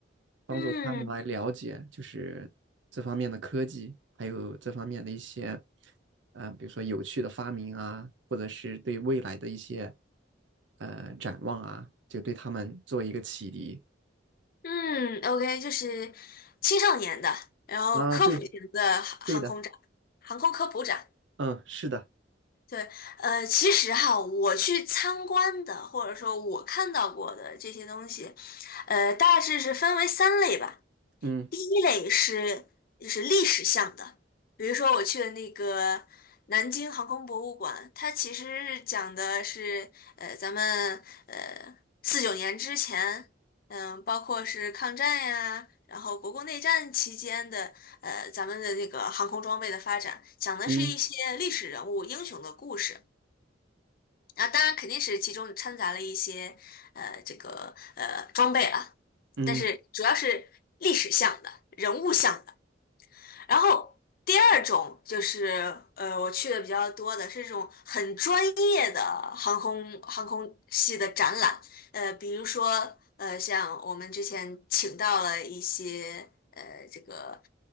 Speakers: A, on the right; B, on the left.
A: 帮助他们来了解，
B: 嗯
A: 就是这方面的科技，还有这方面的一些，嗯、比如说有趣的发明啊，或者是对未来的一些，呃，展望啊，就对他们做一个启迪。
B: 嗯，OK，就是青少年的，然后科普型的航航空展，
A: 啊，对，对的，
B: 航空科普展。
A: 嗯，是的，
B: 对，呃，其实哈，我去参观的，或者说我看到过的这些东西，呃，大致是分为三类吧。
A: 嗯
B: 第一类是就是历史向的，比如说我去的那个南京航空博物馆，它其实是讲的是呃咱们呃四九年之前，嗯、包括是抗战呀，然后国共内战期间的呃咱们的那个航空装备的发展，讲的是一些历史人物英雄的故事。
A: 嗯
B: 啊，当然肯定是其中掺杂了一些呃这个呃装备了，
A: 嗯
B: 但是主要是历史向的、人物向的。然后第二种就是，呃，我去的比较多的是这种很专业的航空航空系的展览，呃，比如说，呃，像我们之前请到了一些，呃，这个